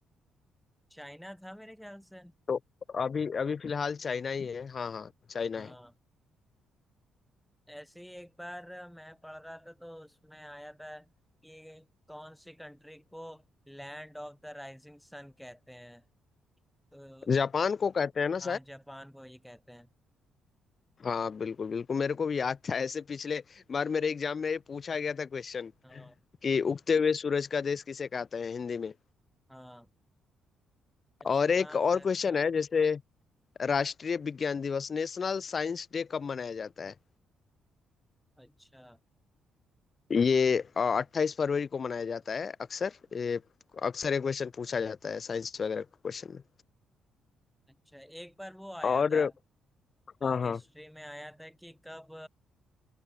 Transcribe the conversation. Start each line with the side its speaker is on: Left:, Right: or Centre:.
Centre: चाइना था मेरे ख्याल से
Left: तो अभी अभी फिलहाल चाइना ही है हाँ हाँ चाइना
Centre: हाँ
Left: है
Centre: ऐसे ही एक बार मैं पढ़ रहा था तो उसमें आया था कि कौन सी कंट्री को land of the rising sun कहते हैं तो
Left: जापान को कहते हैं ना
Centre: हाँ जापान को ये कहते हैं
Left: हाँ बिल्कुल बिल्कुल मेरे को भी याद था ऐसे पिछले बार मेरे एग्जाम में ये पूछा गया था क्वेश्चन
Centre: हाँ
Left: कि उगते हुए सूरज का देश किसे कहते हैं हिंदी में
Centre: हाँ
Left: और
Centre: जापान
Left: एक और
Centre: था
Left: क्वेश्चन
Centre: इसका
Left: है जैसे राष्ट्रीय विज्ञान दिवस नेशनल साइंस डे कब मनाया जाता है
Centre: अच्छा
Left: ये अट्ठाईस फरवरी को मनाया जाता है अक्सर ये अक्सर ये क्वेश्चन पूछा जाता है साइंस वगैरह क्वेश्चन में
Centre: अच्छा एक बार वो आया
Left: और
Centre: था
Left: हाँ
Centre: हिस्ट्री
Left: हाँ
Centre: में आया था कि कब